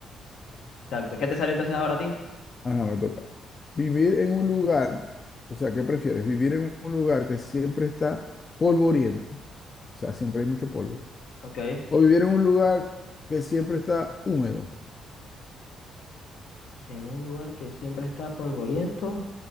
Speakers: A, on the left; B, on the left.
A: Exacto. ¿Qué te sale entonces ahora a ti?
B: Ajá, me toca. Vivir en un lugar, o sea, ¿qué prefieres? ¿Vivir en un lugar que siempre está polvoriento? O sea, siempre hay mucho polvo.
A: Ok.
B: ¿O vivir en un lugar que siempre está húmedo?
A: En un lugar que siempre está polvoriento